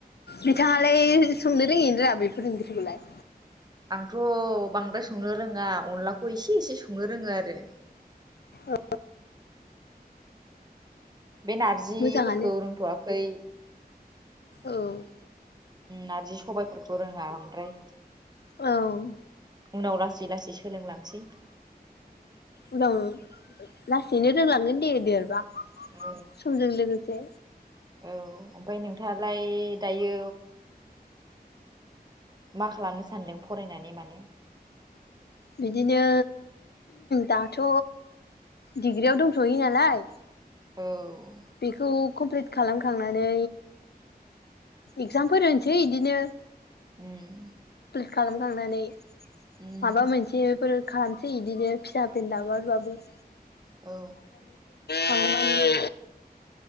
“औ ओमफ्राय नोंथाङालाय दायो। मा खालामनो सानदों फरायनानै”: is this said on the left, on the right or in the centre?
Right